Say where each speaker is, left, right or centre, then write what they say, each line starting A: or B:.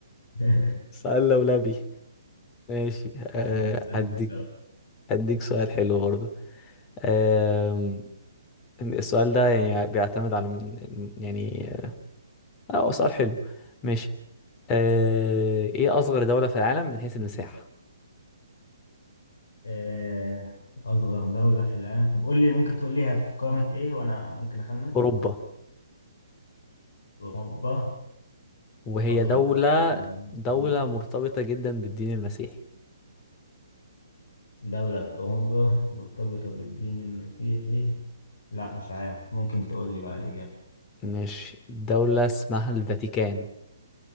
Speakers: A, on the left (about 65°); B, on the left (about 25°).
A: <laughs>
B: سؤال لولبي ماشي أه
A: اسالني
B: أديك
A: انت
B: أديك سؤال حلو برضه آم، السؤال ده يعني بيعتمد على من- يعني اه هو سؤال حلو ماشي آه، ايه أصغر دولة في العالم من حيث المساحة؟
A: آه، أصغر دولة في العالم طب قول لي ممكن تقول لي هي في قارة إيه وأنا ممكن أخمن
B: أوروبا
A: أوروبا
B: وهي
A: أصغر
B: دولة
A: دولة موجودة
B: دولة
A: في أوروبا
B: مرتبطة جدا بالدين المسيحي
A: دولة في أوروبا مرتبطة بالدين المسيحي لا مش عارف ممكن تقول لي بقى الإجابة
B: ماشي دولة اسمها الفاتيكان